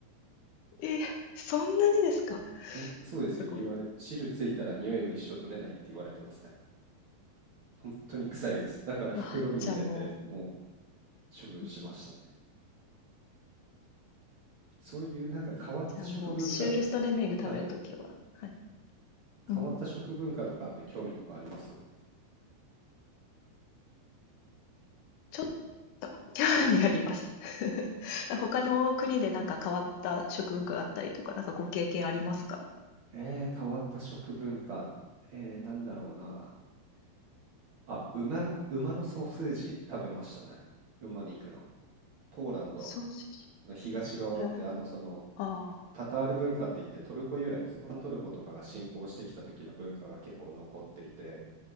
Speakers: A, on the left; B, on the right.
A: え、そんなにですか
B: え、そうですよ、
A: すごい。
B: 言われ、汁ついたら匂いが一生取れないって言われてますね。本当に臭いです。だから袋に入れてもう
A: うわじゃあもう、
B: 処分しましたね。
A: うん。
B: そういうなんか変わった食文化とか、
A: じゃあもう、シュールストレメング食べるときは、
B: はい、
A: はい。うん
B: 変わった食文化とかって興味とかあります
A: ちょっと興味あります。<laughs> 他の国でなんか変わった食文化があったりとか、なんかご経験ありますか
B: えー、変わった食文化。えー、なんだろうな。あ、馬の、馬のソーセージ食べましたね。馬肉の。ポーランド
A: ソーセージ。
B: の東側ってあのその
A: えー、ああ、
B: タタール文化って言ってトルコ由来オスマントルコとかが侵攻してきた時の文化が結構残っていて